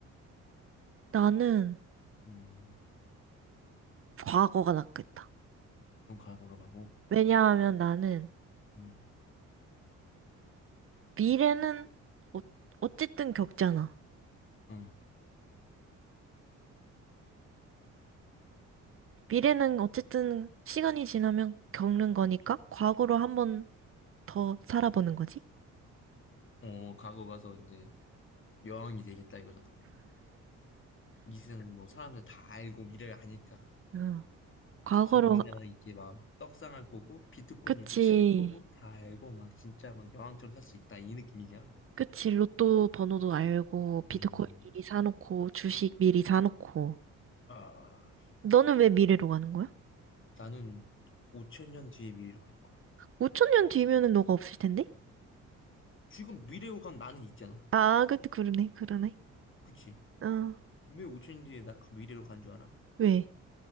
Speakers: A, on the right; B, on the left.
A: 나는
B: 음,
A: 과거가 낫겠다.
B: 넌 과거로 가고,
A: 왜냐하면 나는
B: 응,
A: 미래는 어, 어쨌든 겪잖아.
B: 응.
A: 미래는 어쨌든 시간이 지나면 겪는 거니까 과거로 한번 더 살아보는 거지?
B: 어, 과거 가서 이제 여왕이 되겠다 이거잖아. 이승 뭐 사람들 다 알고 미래를 아니까.
A: 응. 과거로,
B: 그치, 우리나라 이게 막 떡상할 거고, 비트코인
A: 그치.
B: 이렇게 칠 거고, 다 알고 막 진짜 막 여왕처럼 살 수 있다. 이 느낌이잖아.
A: 그치. 로또 번호도 알고, 비트코인
B: 음,
A: 미리 사놓고, 주식 미리 사놓고.
B: 아,
A: 너는 왜 미래로 가는 거야?
B: 나는 5천 년 뒤의 미래로 갈 거야.
A: 5천년 뒤면은 너가 없을 텐데?
B: 지금 미래로 간 나는 있잖아.
A: 아, 그때 그러네, 그러네.
B: 그치?
A: 어,
B: 왜 5천 년 뒤에 나 미래로 간 줄 알아?
A: 왜?